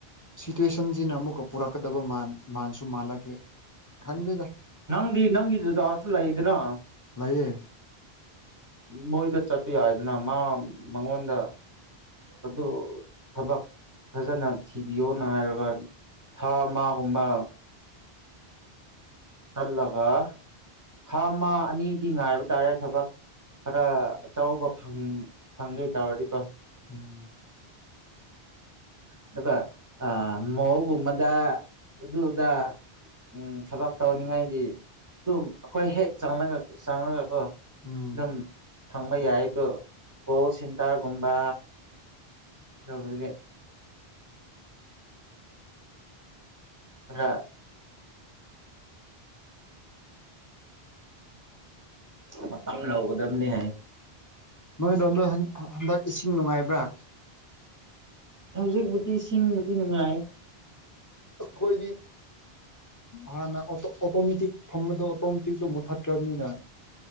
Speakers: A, on the left (about 25°); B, on the right (about 20°).
A: ꯁꯤꯆ꯭ꯋꯦꯁꯟꯁꯤꯅ ꯑꯃꯨꯛꯀ ꯄꯨꯔꯛꯀꯗꯕ ꯃꯥꯟ ꯃꯥꯟꯁꯨ ꯃꯥꯜꯂꯒꯦ ꯈꯪꯗ꯭ꯔꯦꯗ
B: ꯅꯪꯗꯤ ꯅꯪꯒꯤ ꯗꯗꯥꯁꯨ ꯂꯩꯗꯅ
A: ꯂꯩꯌꯦ
B: ꯃꯣꯏꯗ ꯆꯠꯄ ꯌꯥꯏꯗꯅ ꯃꯥ ꯃꯉꯣꯟꯗ ꯑꯗꯨ ꯊꯕꯛ ꯐꯖꯅ ꯊꯤꯕꯤꯌꯣꯅ ꯍꯥꯏꯔꯒ ꯊꯥ ꯑꯃꯒꯨꯝꯕ ꯆꯠꯂꯒ ꯊꯥ ꯑꯃ ꯑꯅꯤꯗꯤ ꯉꯥꯏꯕ ꯇꯥꯔꯦ ꯊꯕꯛ ꯈꯔ ꯑꯆꯧꯕ ꯐꯪꯒꯦ ꯇꯧꯔꯗꯤꯀꯣ
A: ꯎꯝ
B: ꯑꯗꯨꯒ ꯃꯧꯒꯨꯝꯕꯗ ꯑꯗꯨꯗ ꯎꯝ ꯊꯕꯛ ꯇꯧꯅꯤꯡꯉꯥꯏꯗꯤ ꯑꯗꯨꯝ ꯑꯈꯣꯏ ꯍꯦꯛ ꯆꯪꯂꯒ ꯆꯥꯡꯉꯒ ꯀꯣ
A: ꯎꯝ
B: ꯑꯗꯨꯝ ꯐꯪꯕ ꯌꯥꯏ ꯑꯗꯣ ꯀꯣꯜ ꯁꯦꯟꯇꯔꯒꯨꯝꯕ ꯑꯗꯨꯕꯨꯗꯤ ꯈꯥꯔ ꯃꯇꯝ ꯂꯧꯒꯗꯝꯅꯤ ꯍꯥꯏ
A: ꯅꯣꯏꯗꯣꯝꯗ ꯍꯟꯗꯛ ꯏꯁꯤꯡ ꯅꯨꯡꯉꯥꯏꯕ꯭ꯔꯥ
B: ꯍꯧꯖꯤꯛꯄꯨꯗꯤ ꯁꯤꯡꯕꯨꯗꯤ ꯅꯨꯡꯉꯥꯏ
A: ꯑꯈꯣꯏꯗꯤ ꯍꯥꯟꯅ ꯑꯣꯇꯣꯃꯦꯇꯤꯛ ꯊꯝꯕꯗꯣ ꯑꯣꯇꯣ ꯃꯇꯤꯛꯇ ꯃꯨꯊꯥꯠꯈ꯭ꯔꯕꯅꯤꯅ